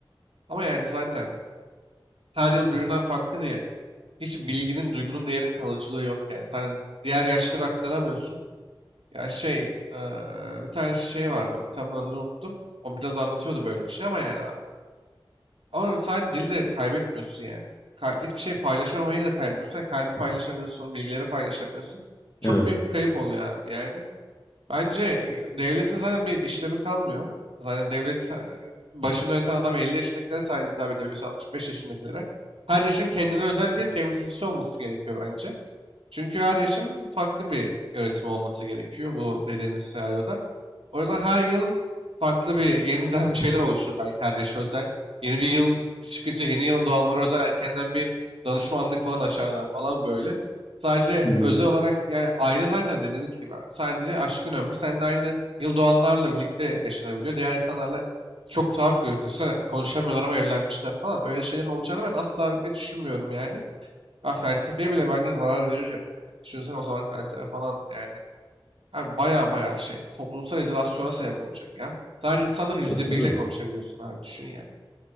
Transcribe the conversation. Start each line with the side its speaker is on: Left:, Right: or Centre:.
Right: Ama yani zaten her yıl birbirinden farklı Hiç bilginin, duygunun, değerin kalıcılığı yok yani. Tane diğer yaşlara aktaramıyorsun. Ya şey, eee, bir tane şey vardı. O kitabın adını unuttum. O biraz anlatıyordu böyle bir şey ama yani abi. Ama sadece dili de kaybetmiyorsun yani. Kay- hiçbir şey paylaşamayı da kaybediyorsun. Yani kalbi paylaşamıyorsun, bilgileri paylaşamıyorsun. Çok
Left: evet.
Right: büyük bir kayıp oluyor abi yani. Bence devletin zaten bir işlevi kalmıyor. Zaten devlet e, başını yöneten adam 50 yaşındakilere sadece hitap edebiliyorsa 65 yaşındakilere. Her yaşın kendine özel bir temsilcisi olması gerekiyor bence. Çünkü her yaşın farklı bir yönetim olması gerekiyor bu dediğimiz senaryoda. O yüzden her yıl farklı bir yeniden bir şeyler oluşur belki her yaşa özel. Yeni bir yıl çıkınca yeni yıl doğanlara özel erkenden bir danışmanlık falan açarlar falan böyle. Sadece
Left: Hı hı.
Right: özel olarak yani aile zaten dediğimiz gibi abi. Sadece aşkın ömrü sen de aynı yıl doğanlarla birlikte yaşanabiliyor. Diğer insanlarla çok tuhaf görünüyor. konuşamıyorlar ama evlenmişler falan. Öyle şeylerin olacağını ben asla bir düşünmüyorum yani. Ha, felsefeye bile bence zarar veririm. Yani düşünsene o zaman felsefe falan yani. Abi baya baya şey toplumsal izolasyona sebep olacak ya. Sadece insanların yüzde
Left: Tabii.
Right: biriyle konuşabiliyorsun abi düşün yani.